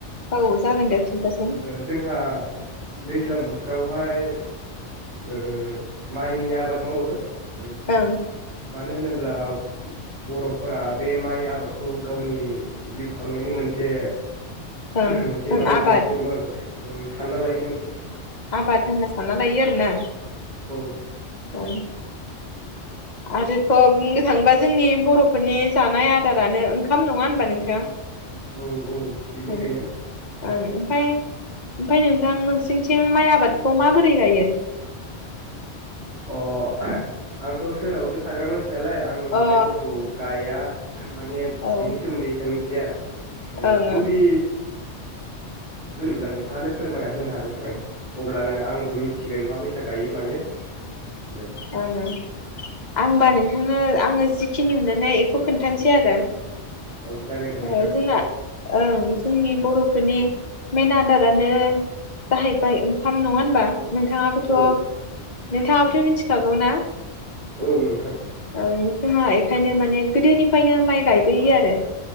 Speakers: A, on the left; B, on the right.
A: औ जागोन दे खिनथासुन
B: जोंहा दैज्लां बोथोरावहाय ओ माइनि आबाद मावो ओ
A: ओं
B: मानो होनोब्ला बर'फोरा बे माइ आबादखौ गावनि जिउ खांनायनि मोनसे
A: ओं
B: मोनसे
A: ओं
B: माने
A: आबाद
B: मोनसे मो ओं सानना लायो मोन से
A: आबाथ होनना साननालायो आरो ना
B: औ
A: ओं आरोथ' बुंनो थाङोबा जोंनि बर'फोरनि जानाय आदारानो ओंखाम नङा होनबा नोंथां?
B: औ औ बेनिखायनो
A: ओं
B: उम
A: ओं ओमफाय ओमफाय नोंथां नोंसिनिथिं माइ आबादखौ माबोरै गायो?
B: अ आंथ' सोरावसो थाग्रा मानस सालाय आं
A: अ
B: माइफोरखौ गाया। माने
A: औ ओं
B: बिनि सोमोन्दै एसां थिया ओ
A: ओं
B: जुदि
A: अ
B: <unintelligible> नोंथाङानो फोरमायना होनो हागोन आरो अब्लानो आं बो मिनथिगोन माबैसा गायो मायो। दे
A: ओं ओं आंबा नोंथांनो आङो जिखिनि नुनाय इखौ खोनथानसै आरो
B: औ जागोन दे नोंथां
A: ओ जोंना ओं जोंनि बर'फोरनि मेन आदारानो जाहैबाय ओंखाम नङा बा नोंथाङाबोथ'
B: औ
A: नोंथांङाबोथ मिनथि खागौ ना?
B: औ नोंथां
A: ओं जोंहाय खायनो माने गोदोनिफ्रायनो माइ गायबोयो आरो